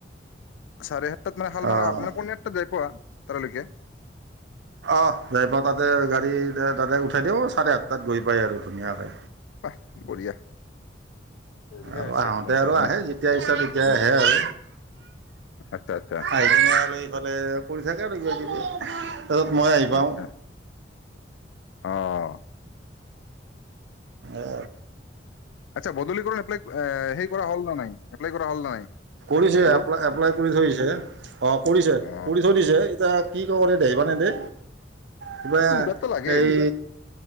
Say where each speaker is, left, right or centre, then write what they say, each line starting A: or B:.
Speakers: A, on the left (about 85°); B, on the right (about 70°).
A: চাৰে আঠ তাত মে হাল
B: অঁ
A: মাল মান পণাৰাত তাত যাই পোৱা তাৰলৈকে
B: আহ ন তাতে গাড়ী তাতে উঠাই দিওঁ চাৰে আাঠটাত গৈ পাই আৰু ধুনীয়াকে
A: আহ বঢ়িয়া বঢ়িয়া
B: আৰু
A: হৈছে
B: আহোতে
A: একদম
B: আৰু
A: ধুনীয়া
B: আহে যেতিয়া ইচ্ছা তেতিয়াই আহে আৰু
A: আচ্ছা আচ্ছা
B: আহি কিনে আৰু ইফালে কৰি থাকে আৰু কিবাকিবি তাৰপিছত মই আহি পাওঁ
A: আচ্ছা অ
B: অ
A: আচ্ছা বদলীকৰণ এপ্লাই এ হেৰি কৰা হল ন নাই এপ্লাই কৰা হ'ল নে নাই
B: কৰিছে
A: বোৰ
B: এপ এপ্লাই কৰি থৈছে অ কৰিছে
A: অ
B: কৰি থৈ দিছে কি কব দে দেহিবানে দে কিবা
A: দিবাতো লাগে
B: সেই